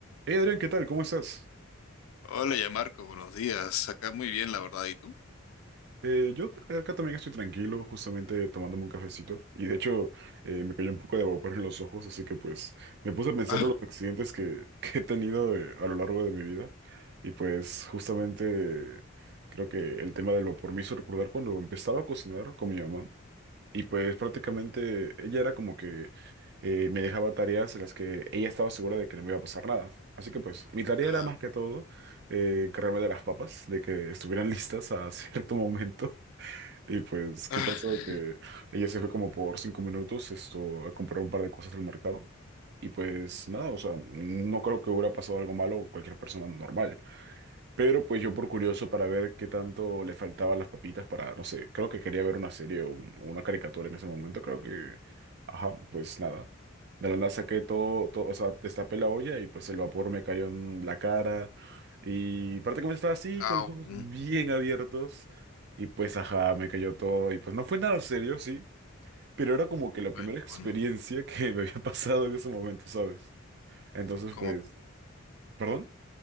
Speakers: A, on the right; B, on the left.
A: Hey Adrián, ¿qué tal? ¿Cómo estás?
B: Hola, ya Marco, buenos días. Acá muy bien, la verdad. ¿Y tú?
A: Eh, yo acá también estoy tranquilo, justamente tomándome un cafecito. Y de hecho, eh, me cayó un poco de vapor en los ojos, así que pues me puse a pensar
B: Ah,
A: en los accidentes que, <laughs> que he tenido eh, a lo largo de mi vida. Y pues justamente creo que el tema del vapor me hizo recordar cuando empezaba a cocinar con mi mamá. Y pues prácticamente ella era como que eh, me dejaba tareas en las que ella estaba segura de que no me iba a pasar nada. Así que pues mi tarea
B: ajá.
A: era más que todo eh, encargarme de las papas, de que estuvieran listas a <laughs> cierto momento. Y pues, ¿qué
B: Ah,
A: pasó? Que ella se fue como por cinco minutos esto, a comprar un par de cosas al mercado. Y pues nada, o sea, no creo que hubiera pasado algo malo o cualquier persona normal. Pero pues yo por curioso para ver qué tanto le faltaban las papitas para, no sé, creo que quería ver una serie o un- o una caricatura en ese momento, creo que, ajá, pues nada. De la nada saqué todo, todo, o sea, destapé la olla y pues el vapor me cayó en la cara y prácticamente estaba así
B: au.
A: con los ojos bien abiertos y pues ajá, me cayó todo y pues no fue nada serio, sí, pero era como que la primera
B: Ay, qué
A: <laughs> experiencia
B: bueno.
A: que me había pasado en ese momento, ¿sabes? Entonces
B: Como,
A: pues, ¿perdón?